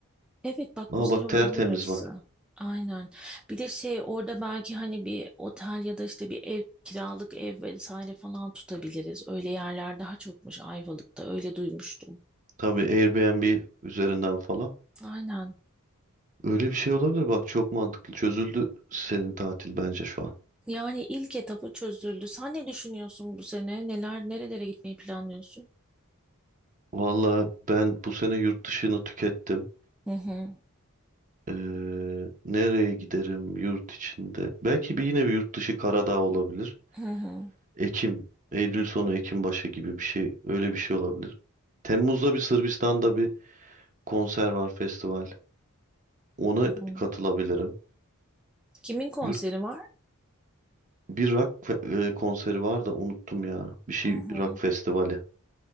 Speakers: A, in the centre; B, on the right (about 35°).
A: Evet bak
B: Aa
A: güzel
B: bak
A: olabilir
B: tertemiz
A: orası.
B: bak.
A: Aynen. Bir de şey orada belki hani bir otel ya da işte bir ev kiralık ev vesaire falan tutabiliriz. Öyle yerler daha çokmuş Ayvalık'ta. Öyle duymuştum.
B: Tabii Airbnb üzerinden falan.
A: Aynen.
B: Öyle bir şey olabilir bak çok mantıklı. Çözüldü senin tatil bence şu an.
A: Yani ilk etapı çözüldü. Sen ne düşünüyorsun bu sene? Neler nerelere gitmeyi planlıyorsun?
B: Valla ben bu sene yurt dışını tükettim.
A: Hı hı.
B: Ee, nereye giderim yurt içinde? Belki bir yine bir yurt dışı Karadağ olabilir.
A: Hı hı.
B: Ekim, Eylül sonu Ekim başı gibi bir şey öyle bir şey olabilir. Temmuz'da bir Sırbistan'da bir konser var, festival. Ona
A: hı.
B: katılabilirim.
A: Kimin konseri
B: Yurt,
A: var?
B: bir rock fe- e, konseri var da unuttum ya. Bir şey
A: Hı hı.
B: rock festivali.